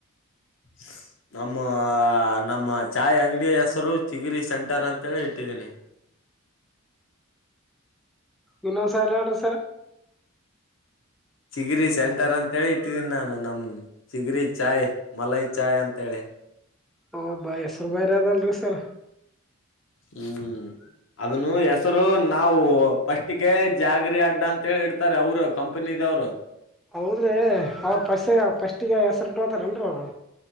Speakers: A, on the left; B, in the centre.
A: <inaudible> ನಮ್ಮ ನಮ್ಮ ಚಾಯ್ ಅಂಗಡಿ ಹೆಸರು ಚಿಗಿರಿ ಸೆಂಟರ್ ಅಂತೇಳಿ ಇಟ್ಟಿದೀನಿ.
B: ಇನ್ನೊಂದ್ಸಲ ಹೇಳ್ರಿ ಸರ
A: ಚಿಗರಿ ಸೆಂಟರ್ ಅಂತೇಳಿ ಇಟ್ಟಿದೀನ್ ನಾನು. ನಮ್ ಚಿಗರಿ ಚಾಯ್ ಮಲೈ ಚಾಯ್ ಅಂತೇಳಿ.
B: ಹೂಂ ಬಾಯ್ ಹೆಸ್ರು ಬೇರ ಅದಲ್ರಿ ಸರ
A: ಹ್ಮ್ ಅದುನ್ನು ಹೆಸರು ನಾವು ಫಸ್ಟ್ ಗೆ ಜಾಗರಿ ಅಡ್ಡ ಅಂತೇಳಿ ಇಡ್ತಾರೆ ಅವರು ಕಂಪನಿ <unintelligible> ಅವರು
B: ಹೌದ್ರಿ ಅವ್ರ್ ಫಸ್ ಫಸ್ಟ್ ಗೆ ಹೆಸ್ರಿಟ್ ಹೋದ್ರಲ್ರಿ ಅವ್ರು